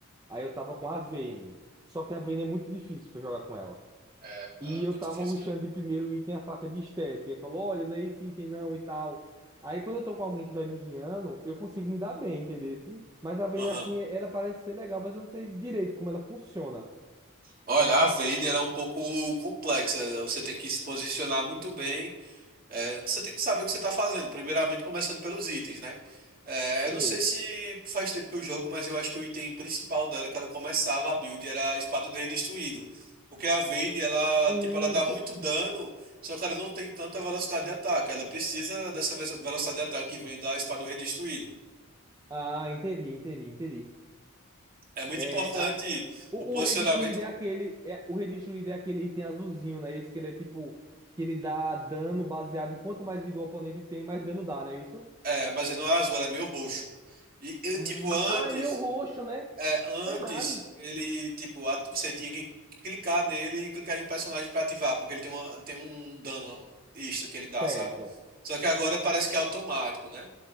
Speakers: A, on the right; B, on the right.
A: Aí eu tava com a Vayne, só que a Vayne é muito difícil pra jogar com ela.
B: É, ela
A: E
B: é
A: eu
B: muito
A: tava
B: difícil
A: rushando
B: mesmo.
A: de primeiro item a faca de estética. Ele falou, olha, não é esse item não e tal. Aí quando eu tô com alguém que vai me guiando, eu consigo me dar bem, entendeu? Mas a Vayne,
B: aham.
A: assim, ela parece ser legal, mas eu não sei direito como ela funciona.
B: Olha, a Vayner é um pouco complexa. Você tem que se posicionar muito bem. É, você tem que saber o que você está fazendo. Primeiramente, começando pelos itens, né? É, eu
A: Sei.
B: não sei se faz tempo que eu jogo, mas eu acho que o item principal dela que ela começava a build era a Espada do Rei Destruído. Porque a Vayne, ela,
A: Hum,
B: tipo, ela dá muito
A: co-
B: dano, só que ela não tem tanta velocidade de ataque. Ela precisa dessa ve- velocidade de ataque que vem da Espada do Rei Destruído.
A: Ah, entendi, entendi, entendi.
B: É muito
A: É,
B: importante
A: a... o,
B: o posicionamento.
A: o Redestruído é aquele. É... O Redestruído é aquele item azulzinho, né? Isso que ele é tipo. Que ele dá dano baseado em quanto mais vida o oponente tem, mais dano dá, não é isso?
B: É, mas não é azul, ela é meio roxo. E eu,
A: Hum...
B: tipo, antes.
A: Ah, é meio roxo, né?
B: É, antes
A: Verdade.
B: ele, tipo, at- você tinha que clicar nele e clicar em um personagem pra ativar, porque ele tem, uma, tem um dano extra que ele dá,
A: Certo.
B: sabe? Só que agora parece que é automático, né?